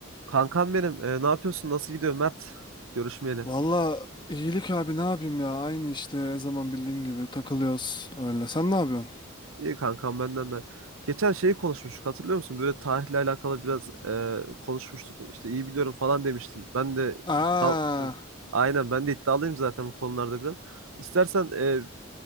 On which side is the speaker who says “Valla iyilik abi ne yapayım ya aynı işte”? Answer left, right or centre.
Left